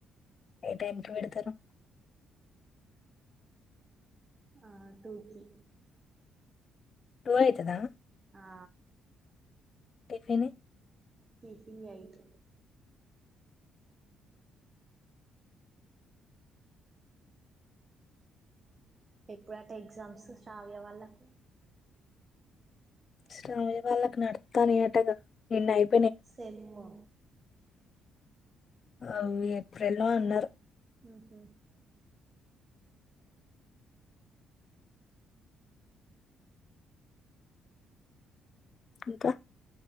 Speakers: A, on the left; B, on the right.
A: ఏ టైమ్కి వెడుతరు
B: ఆ టూకి
A: టూ అయితదా
B: ఆ
A: టిఫిన్
B: ఫంగ్యిట్ ఎప్పుడు అట ఎగ్జామ్స్ శ్రావ్య వాళ్ళకు
A: శ్రవ్య వాళ్ళకి నడుతైన అటగా నిన్న అయిపో
B: సెమ్ము
A: అ అవి ఏప్రిల్ లో అన్నారు
B: హు హు
A: ఇంకా